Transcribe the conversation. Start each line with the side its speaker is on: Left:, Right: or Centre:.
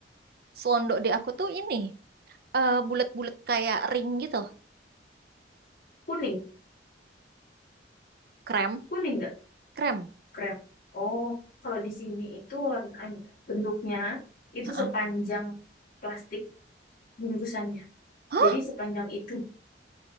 Right: Slondo di aku tuh ini eh bulat-bulat kayak ring gitu,
Left: Kuning.
Right: krem,
Left: Kuning nggak?
Right: krem.
Left: Krem. Oh, kalau di sini itu warnanya bentuknya itu
Right: Heeh.
Left: sepanjang plastik bungkusannya.
Right: Hah?
Left: Jadi sepanjang itu.